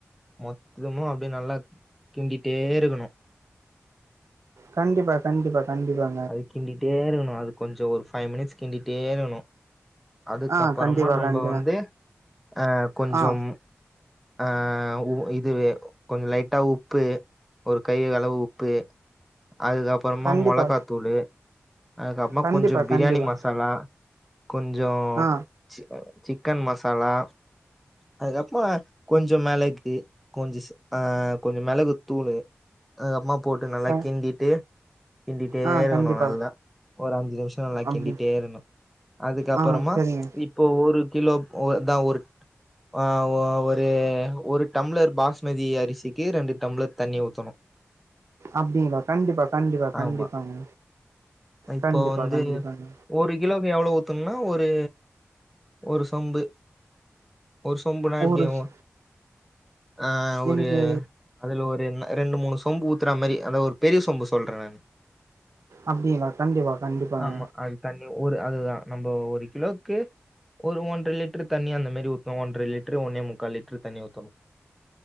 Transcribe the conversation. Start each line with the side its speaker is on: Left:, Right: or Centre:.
Centre: மொத்தமு அப்டியே நல்லா கிண்டிட்டே இருக்கணு
Right: கண்டிப்பா கண்டிப்பா கண்டிப்பா
Centre: அது கிண்டிட்டே இருக்கணு அது கொஞ்சோ ஒரு ஃபைவ் மினிட்ஸ் கிண்டிட்டே இருக்கனு அதுக்கப்பறோமா
Right: ஆ கண்டிப்பா,
Centre: நம்ப
Right: கண்டிப்பா.
Centre: வந்து அ கொஞ்சம்
Right: ஆ
Centre: ஆ உ இதுவே கொஞ்ச லைட்டா உப்பு ஒரு கையளவு உப்பு அதுக்கு அப்பறமா
Right: கண்டிப்பா,
Centre: மொளகாத்து குள்ளயே அதுக்கப்றமா
Right: கண்டிப்பா,
Centre: கொஞ்சோ பிரியாணி
Right: கண்டிப்பா.
Centre: மசாலா கொஞ்சோ
Right: ஆ
Centre: ச் சிக்கன் மசாலா அதுக்கப்மா கொஞ்சோ மெளகு கொஞ்சோ சீஆ கொஞ்சோ மெளகு தூளு அதுகப்மா போட்டு நல்லா
Right: க
Centre: கிண்டிட்டு டே
Right: ஆ
Centre: இருக்கனு
Right: கண்டிப்பா.
Centre: நல்லா ஒரு அஞ்சு நிமிஷோ நல்லா
Right: அப்டி
Centre: கிண்டிட்டே இருக்கனு அதுக்கப்பறமா
Right: ஆ சரிங்க.
Centre: இப்போ ஒரு கிலோ ஒரு தா ஒரு ஆ ஒ ஒரு டம்ளர் பாஸ்மதி அரிசி கே ரெண்டு டம்ளர் தண்ணி ஊத்தணு
Right: அப்டிங்களா கண்டிப்பா கண்டிப்பா கண்டிப்பாங்க
Centre: ஆமா இப்போ
Right: கண்டிப்பா
Centre: வந்து
Right: கண்டிப்பாங்க
Centre: ஒரு கிலோக்கு எவ்ளோ ஊத்தனுனா ஒரு ஒரு சொம்பு ஒரு சொம்புனா எப்டியு
Right: ஒரு ஸ்
Centre: ஆ ஒரு
Right: எனக்கு
Centre: அதுல ஒரு என்ன ரெண்டு மூணு சொம்பு ஊத்துற மாரி அந்த ஒரு பெரிய சொம்பு சொல்ற நானு
Right: அப்டிங்ளா கண்டிப்பா கண்டிப்பாங்க
Centre: ஆமா அது தண்ணி ஒரு அதுதா நம்ப ஒரு கிலோக்கு ஒரு ஒன்றர லிட்ரு தண்ணி அந்தமாரி ஊத்தணு ஒன்ற லிட்ரு ஒன்னே முக்கா லிட்ரு தண்ணி ஊத்தணு